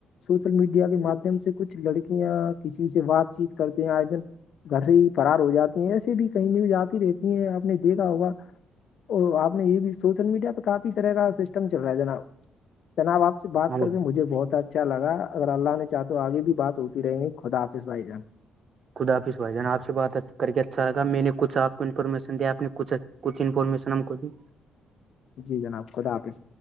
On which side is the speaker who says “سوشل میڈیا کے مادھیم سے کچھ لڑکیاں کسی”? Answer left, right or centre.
Left